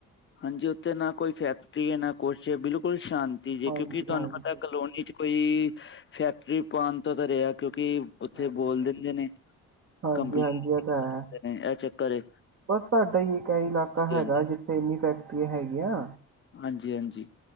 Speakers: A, on the left; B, on the right.
A: ਹਾਂਜੀ ਉੱਥੇ ਨਾ ਕੋਈ ਫੈਕਟਰੀ ਹੈ ਨਾ ਕੁਛ ਹੈ ਬਿਲਕੁਲ ਸ਼ਾਂਤ ਜੇ
B: ਹਾਂਜੀ
A: ਕਿਉਂਕਿ ਤੁਹਾਨੂੰ
B: ਹਾਂਜੀ
A: ਪਤਾ ਕਲੋਨੀ ਚ ਕੋਈ ਫੈਕਟਰੀ ਪਾਉਣ ਤੋਂ ਤਾਂ ਰਿਹਾ ਕਿਉਂਕਿ ਉੱਥੇ
B: ਹਾਂਜੀ
A: ਬੋਲ
B: ਹਾਂਜੀ
A: ਦਿੰਦੇ ਨੇ
B: ਹਾਂਜੀ
A: ਕੰਪਲੀਟ
B: ਹਾਂਜੀ ਇਹ ਤਾਂ ਹੈ
A: ਨੇ ਇਹ ਚੱਕਰ ਏ।
B: ਬਸ ਸਾਡਾ ਹੀ ਇੱਕ ਇ ਇਲਾਕਾ ਹੈਗਾ
A: ਹਾਂਜੀ
B: ਜਿੱਥੇ ਏਨੀਆ ਫੈਕਟਰੀਆਂ ਹੈਗੀਆਂ
A: ਹਾਂਜੀ ਹਾਂਜੀ